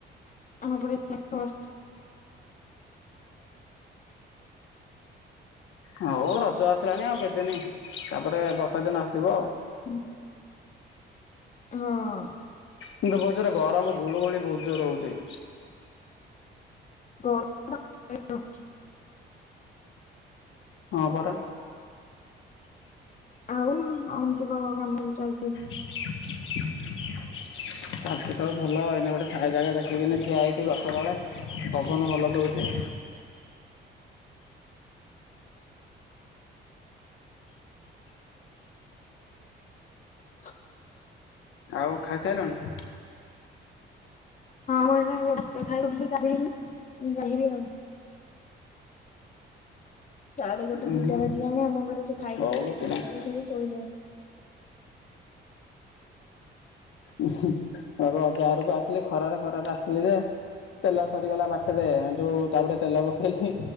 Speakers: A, on the left; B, on the left.
A: <unintelligible>
B: ହଉ ରଜ ଆସିଲାଣି ଆଉ କେତେଦିନି ତାପରେ ବର୍ଷା ଦିନ ଆସିବ ଆଉ।
A: ହୁଁ। ହଁ।
B: କିନ୍ତୁ ବହୁତ ଯୋର ରେ ଗରମ ଗୁଳୁ ଗୁଳି ବହୁତ ଜୋର ହଉଛି।
A: ଗରମ ସହି ହଉନି।
B: ହଁ ପରା।
A: ଆଉ ଆଉ ଏମିତି କଁ କାମ ଏବେ ଚାଲିଛି।
B: କି କିଉ, କି କିଉ, କି କିଉ, କି କିଉ। ଚାଲିଛି ସବୁ ଭଲ ଏଇନେ ଗୋଟେ ଛାଇ ଜାଗା ଦେଖିକିନି ଠିଆ ହେଇଛି ଗଛ ତଳେ ପବନ ଭଲ ଦଉଚି।
A: ସତରେ
B: ଆଉ ଖାଇ ସାଇଲଣି।
A: ହଁ ମୁଁ ଏଇନେ ଭାତଖାଇକି ଉଠିଲି ଗାଧେଇନି, ଗାଧେଇବି ଆଉ। ସାଢେ ଗୋଟେ
B: ଉହୁଁ
A: ଦିଟା ବାଜିଲାଣି ଆମ ଘରେ ସବୁ ଖାଇକି
B: ହଉ
A: ଲୋକ
B: କିଛି ନାହିଁ।
A: ସବୁ ଶୋଇଲେଣି।
B: ଉହୁଁ, ଏବେ ଅଜାଘରକୁ ଆସିଲେ ଖରାରେ ଖରାରେ ଆସିଲି ଯେ ତେଲ ସରିଗଲା ବାଟରେ ସେଠୁ ତାପରେ ତେଲ ପକେଇଲି